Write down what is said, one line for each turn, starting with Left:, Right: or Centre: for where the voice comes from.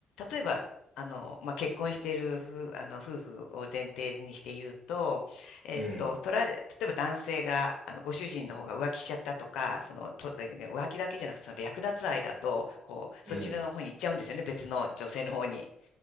Left: 例えば、あの、まあ、結婚している夫、あの、夫婦を前提にして言うと、えっと、
Right: うん。
Left: 取られ、例えば男性が、あの、ご主人の方が浮気しちゃったとか、その、と、浮気だけじゃなくて、その略奪愛だと、こう、そっちの方に行っちゃうんですよね、
Right: うん。
Left: 別の女性の方に。